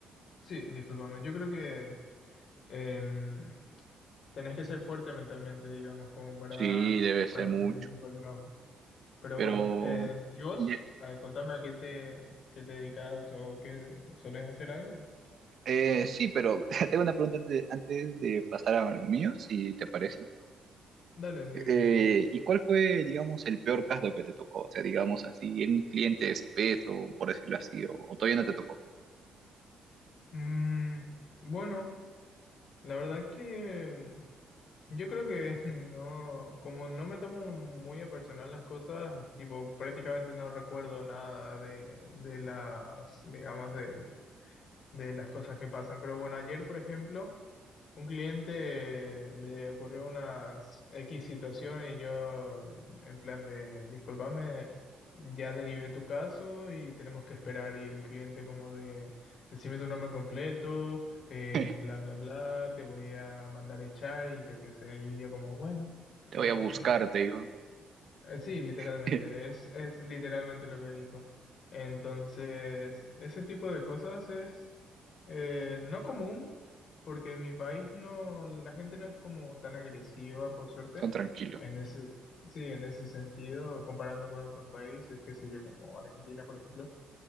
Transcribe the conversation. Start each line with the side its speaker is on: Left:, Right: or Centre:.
Left: sí, discúlpame, yo creo que em, tenés que ser fuerte mentalmente, digamos, como para,
Right: Sí, debe
Left: para
Right: ser mucho,
Left: hacer ese tipo de trabajo. Pero
Right: pero...
Left: bueno, eh, ¿y vos?
Right: ye-
Left: A contame a qué te, qué te dedicas o qué, ¿solés hacer algo?
Right: eh, sí, pero <laughs> tengo una pregunta antes de, antes de pasar a lo mío, si te parece.
Left: Dale, dime,
Right: Eh,
Left: dime.
Right: ¿y cuál fue, digamos, el peor caso que te tocó? O sea, digamos así, en un cliente espeso, por decirlo así, o, o todavía no te tocó.
Left: Mm, bueno, la verdad que Yo creo que <laughs> no, como no me tomo muy a personal las cosas, tipo, prácticamente no recuerdo nada de, de las, digamos, del- de, las cosas que pasan. Pero bueno, ayer, por ejemplo, un cliente le ocurrió unas X situación y yo en plan de, discúlpame, ya derivé tu caso y tenemos que esperar y el cliente como de, decime tu nombre completo, eh,
Right: <laughs>
Left: bla, bla, bla, te voy a mandar a echar y yo qué sé, y yo como, bueno,
Right: Te
Left: eh,
Right: voy a buscar, te digo.
Left: eh, Sí, literalmente,
Right: <laughs>
Left: es, es literalmente lo que dijo. Entonces, ese tipo de cosas es eh, no común, porque en mi país no, la gente no es como tan agresiva, por suerte.
Right: Son tranquilos.
Left: En ese, sí, en ese sentido, comparando con otros países, qué sé yo, como Argentina, por ejemplo.